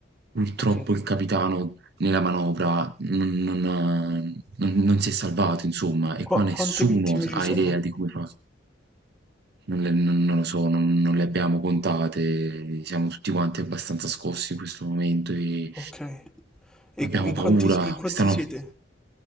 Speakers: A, on the right; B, in the centre.
A: Purtroppo
B: Ok.
A: il capitano nella manovra non non ha- non non si è salvato insomma e
B: Qua-
A: qua nessuno
B: quante vittime
A: s
B: ci
A: ha
B: sono?
A: idea di come fa non, le- non- non lo so, non, non le abbiamo contate, siamo tutti quanti abbastanza scossi in questo momento e
B: Ok. E
A: abbiamo
B: qu- in quanti,
A: paura,
B: in quanti
A: stanno,
B: siete?